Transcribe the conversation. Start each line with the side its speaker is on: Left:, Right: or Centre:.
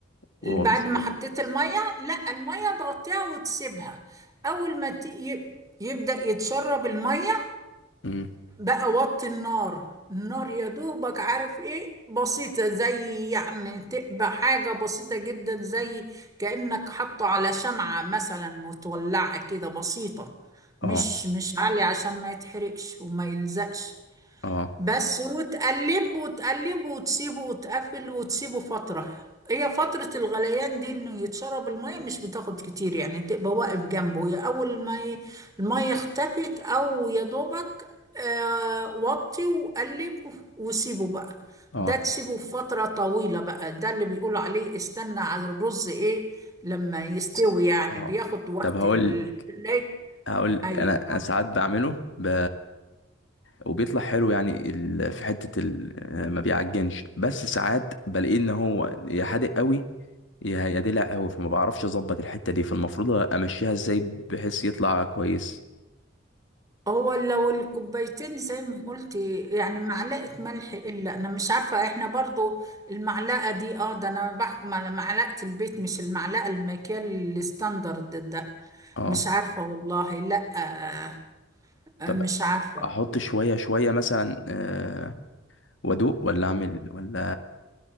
Left: وهو
Right: بعد
Left: بيستوي
Right: ما حطيت الميه لا الميه تغطيها وتسيبها اول ما ت- يب- يبدأ يتشرب الميه
Left: مم.
Right: بقى وطي النار النار يا دوبك عارف ايه بسيطة زي يعني تبقى حاجة بسيطة جدا زي كأنك حاطه على شمعة مثلا متولعة كده بسيطة
Left: اه
Right: مش مش عالية عشان ما يتحرقش وما يلزقش
Left: اه
Right: بس وتقلب وتقلب وتسيبه وتقفل وتسيبه فترة هي فترة الغليان دي انه يتشرب المية مش بتاخد كتير يعني تبقى واقف جنبه يا اول ما ي- المية اختفت او يا دوبك آه وطي وقلب وسيبه بقى
Left: اه
Right: ده تسيبه فترة طويلة بقى ده اللي بيقولوا عليه استنى على الرز ايه لما يستوي يعني
Left: اه
Right: بياخد وقت
Left: طب هقول
Right: ال... ال-
Left: هقول
Right: ايوه
Left: انا أنا ساعات بعمله ب... وبيطلع حلو يعني ال... في حتة ال... ما بيعجنش بس ساعات بلاقيه ان هو يا حادق قوي يا يا دلع قوي فما بعرفش اظبط الحتة دي فالمفروض امشيها ازاي بحيث يطلع كويس
Right: هو لو الكوبايتين زي ما قلتي يعني معلقة ملح إلا أنا مش عارفة إحنا برضو المعلقة دي آه ده أنا بحكم على معلقة البيت مش المعلقة المكيال الستاندرد ده
Left: اه
Right: مش عارفة والله لأ آه، آه،
Left: طب
Right: مش عارفة
Left: احط شوية شوية مثلا آه، وادوق ولا اعمل ولا